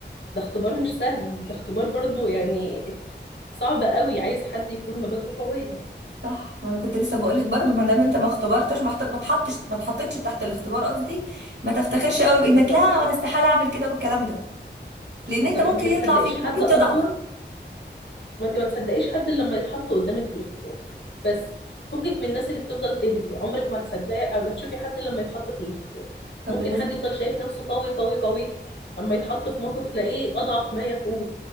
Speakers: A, on the left (about 70°); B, on the right (about 70°).
A: ده اختبار مش سهل ده اختبار برضه يعني صعب قوي عايز حد يكون مبادئه قوية
B: صح ما انا كنت لسه بقول لك برضو ما دام انت ما اختبرتش ما حطت ما اتحطش ما اتحطتش تحت الاختبار قصدي ما تفتخرش قوي بانك
A: بالظبط
B: لا وانا استحاله اعمل كده والكلام ده لان
A: بالظبط
B: انت ممكن
A: ما انت ما
B: يطلع
A: تصدقيش
B: فيك
A: حد
B: ممكن
A: اصلا
B: تضعف
A: ما انت ما تصدقيش حد الا لما يتحط قدامك في الاختبار بس فكك من الناس اللي بتفضل تهري عمرك ما هتصدقي او ما تشوفي حد الا لما يتحط في الاختبار
B: طب
A: ممكن
B: بالنسبه
A: حد يفضل شايف نفسه قوي قوي قوي اما يتحط في موقف تلاقيه اضعف ما يكون